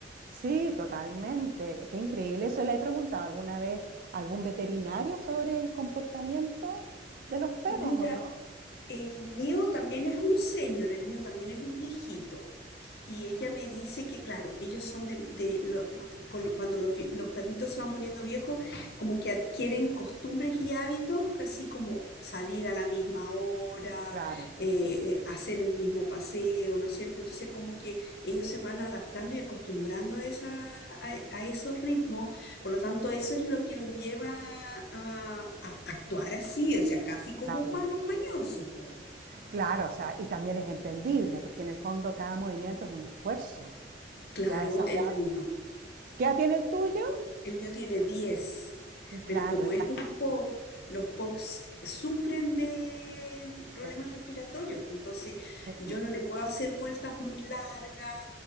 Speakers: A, on the right (about 50°); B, on the left (about 60°).
A: Sí, totalmente. Qué increíble eso. ¿Le he preguntado alguna vez a algún veterinario sobre el comportamiento de los perros
B: Mira,
A: o no?
B: el mío también es un señor, el mío también es un viejito. Y ella me dice que, claro, ellos son de, de lo- cuando los, los perritos se van poniendo viejos, como que adquieren costumbres y hábitos, casi como salir a la misma hora,
A: Claro.
B: eh, eh, hacer el mismo paseo, ¿no es cierto? Entonces, como que ellos se van adaptando y acostumbrando a, esa, a, a esos ritmos, por lo tanto, eso es lo que los lleva a, a actuar así, o sea, casi como
A: Claro,
B: humanos mañosos, po.
A: Claro, o sea, y también es entendible, porque en el fondo cada movimiento es un esfuerzo.
B: Claro,
A: Ya a esa
B: el mío.
A: edad. ¿Qué edad tiene el tuyo?
B: El mío tiene 10, pero
A: Claro,
B: como
A: ya
B: es
A: está.
B: un POC, los POCs sufren de problemas
A: sí,
B: respiratorios, entonces
A: sí,
B: yo
A: pum.
B: no le puedo hacer vueltas muy largas,